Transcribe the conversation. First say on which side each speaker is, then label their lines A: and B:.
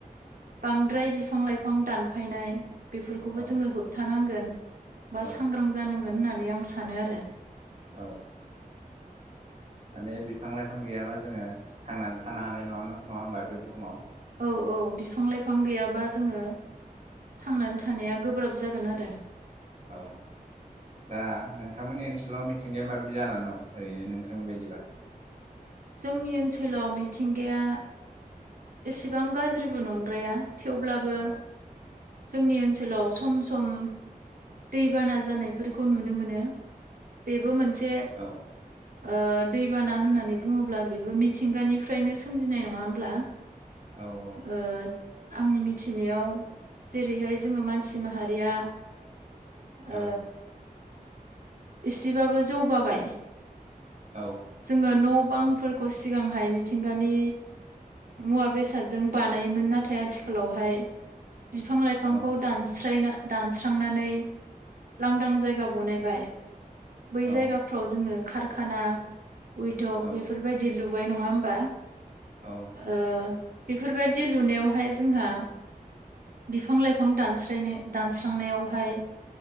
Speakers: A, on the right; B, on the right.
A: बांद्राय बिफां लाइफां दानफायनाय बेफोरखौबो
B: औ
A: जोङो होबथानांगोन। गोन। बा
B: औ
A: सांग्रां जानां गोन होननानै आं सानो आरो।
B: औ बे बिफां लाइफां गैयाबा जोङो थांनानै थानो हानाय नङा नङा होनबा बे बुहुमाव?
A: औ औ बिफां लाइफां गैयाबा जोङो थांनानै थानाया गोब्राब जागोन आरो।
B: औ दा नोंथांमोननि ओनसोलाव मिथिंगाया माबादि जानानै दं ओरैनो नोंथांनि बायदिबा?
A: जोंनि ओनसोलाव मिथिंगाया एसेबां गाज्रिबो नंद्राया। थेवब्लाबो
B: औ
A: जोंनि ओनसोल ओनसोलाव सम सम दैबाना जानायफोरखौ नुनो मोनो बेबो मोनसे से ओ
B: औ
A: दैबाना होननानै बुङोब्ला बेबो मिथिंगानिफ्रायनो सोमजिनाय नङा होमब्ला?
B: औ औ
A: ओ आंनि मिथिनायाव जेरैहाय जोङो मानसि माहारिया ओ
B: औ
A: एसेबाबो जौगाबाय।
B: औ
A: जोङो न बांफोरखौ सिगांहाय मिथिंगानि मुवा बेसादजों बानायोमोन। नाथाय आथिखालावहाय बिफां लाइफांखौ
B: औ
A: दानस्रायना दानस्रांनानै लांदां जायगा बनायबाय। बै
B: औ
A: जायगाफ्राव जोङो खारखाना उइदक
B: औ
A: बेफोर बायदि लु बाय नङा होमबा?
B: औ
A: ओ बेफोरबायदि लुनायावहाय जोंहा बिफां लाइफां दानस्रायनो दानस्रांनायावहाय